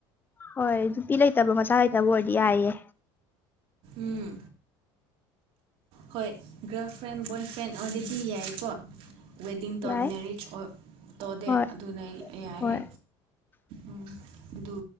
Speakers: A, on the left; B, on the right.
A: ꯍꯣꯏ ꯅꯨꯄꯤ ꯂꯩꯇꯕ ꯃꯆꯥ ꯂꯩꯇꯕ ꯑꯣꯏꯔꯗꯤ ꯌꯥꯏꯌꯦ
B: ꯎꯝ ꯍꯣꯏ ꯒꯥꯔꯜ ꯐ꯭ꯔꯦꯟ ꯕꯣꯏ ꯐ꯭ꯔꯦꯟ ꯑꯣꯜꯔꯦꯗꯤ ꯌꯥꯏꯀꯣ ꯋꯦꯗꯤꯡ
A: ꯌꯥꯏ
B: ꯃꯦꯔꯤꯖ ꯇꯧꯗꯦ
A: ꯍꯣꯏ
B: ꯑꯗꯨꯅ ꯌꯥꯏꯑꯦ
A: ꯍꯣꯏ
B: ꯎꯝ ꯑꯗꯨ